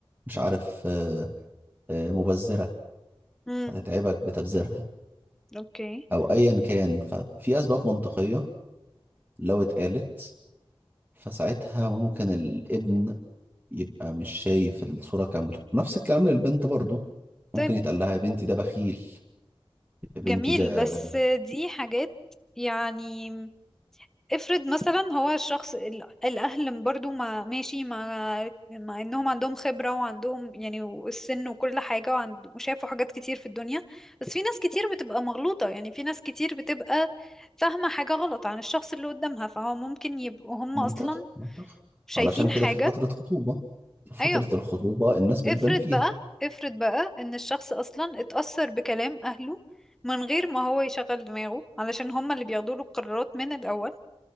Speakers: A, on the right; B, in the centre.
A: مش عارف آه، آه، مبذرة
B: مم.
A: هتتعبك بتبذيرها
B: اوكي
A: او ايا كان ففي اسباب منطقيه لو اتقالت فساعتها ممكن الابن يبقى مش شايف الصوره كامله نفس الكلام للبنت برضو
B: طيب
A: ممكن يتقال لها يا بنتي ده بخيل يا بنتي
B: جميل
A: ده
B: بس دي حاجات يعني افرض مثلا هو الشخص ال- الاهل برضو ما ماشي مع مع انهم عندهم خبرة وعندهم يعني السن وكل حاجة وعند- وشافوا حاجات كتير في الدنيا بس في ناس كتير بتبقى مغلوطة يعني في ناس كتير بتبقى فاهمة حاجة غلط عن الشخص اللي قدامها فهو ممكن يبقوا هم
A: منطقي
B: اصلا
A: منطقي
B: شايفين
A: علشان
B: حاجة
A: كده في فتره خطوبه في فتره
B: ايوه
A: الخطوبه الناس بتبان
B: افرض
A: فيها
B: بقى افرض بقى ان الشخص اصلا اتأثر بكلام اهله من غير ما هو يشغل دماغه علشان هم اللي بياخدوا له القرارات من الاول